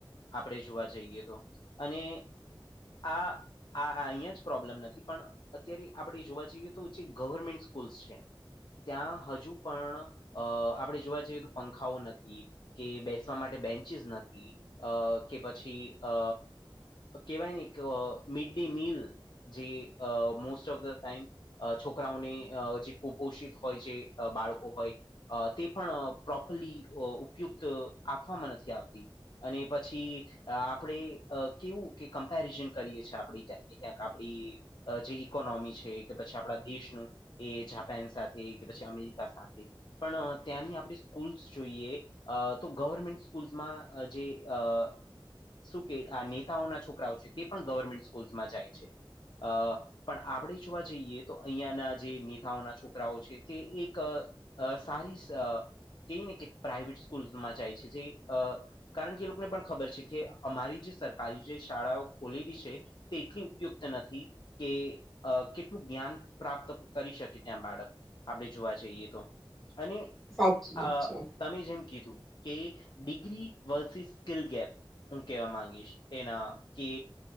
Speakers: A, on the left; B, in the centre.
A: આપણે જોવા જઈએ તો અને આ આ અહીં જ પ્રોબ્લેમ નથી પણ અત્યારે આપણે જોવા જઈએ તો જે ગવર્મેન્ટ સ્કૂલ્સ છે. ત્યાં હજુ પણ અ આપણે જોવા જઈએ તો પંખાઓ નથી. કે બેસવા માટે બેન્ચિસ નથી અ કે પછી અ કહેવાય ને આ મિડ ડે મીલ જે આ મોસ્ટ ઓફ ધ ટાઈમ આ છોકરાઓને આ જે કુપોષિત હોય છે આ બાળકો હોય. અ તે પણ પ્રોપરલી ઉપયુક્ત આપવામાં નથી આવતી. અને પછી આપણેે કેવું કે કમ્પેરિઝન કરીએ છેએ આપણે. <unintelligible> ક્યાંક આપડી જે ઈકોનોમી છે કે પછી આપણા દેશનું એ જાપાન સાથે કે પછી અમેરિકા સાથે પણ ત્યાંની આપણે સ્કૂલ્સ જોઈએ અ તો ગવર્મેન્ટ સ્કૂલ્સમાં જે અ શું કે આ નેતાઓના છોકરાઓ છે તે પણ ગવર્મેન્ટ સ્કૂલ્માં જાય છે આ પણ આપણે જોવા જઈએ તો અહિયા ના જે નેતાઓના છોકરાઓ છે તે એક અ સારી સા કઈ ને કે પ્રાાઈવેટ સ્કૂલમાં જાય છે જે આ કારણ કે એ લોકોને પણ ખબર છે કે અમારી જે સરકારી જે શાળાઓ ખોલેલી છે. તે એટલી ઉપયુક્ત નથી કે આ કેટલું જ્ઞાન પ્રાપ્ત કરી શકે ત્યાં બાળક. આપણે જોવા જઈએ તો અને
B: સાચી
A: અ
B: વાત છે.
A: તમે જેમ કીધું કે ડિગ્રી વર્સિસ સ્કિલ ગેપ હું કેવા માંગીશ એના કે